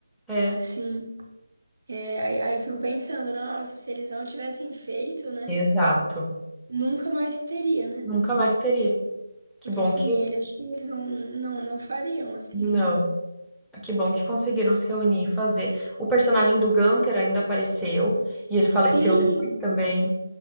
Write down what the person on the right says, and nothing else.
sim. É, aí, aí eu fico pensando, nossa, se eles não tivessem feito, né?
Nunca mais teria, né?
Porque
sem
ele, acho que eles não, não, não fariam assim,
né?
Sim,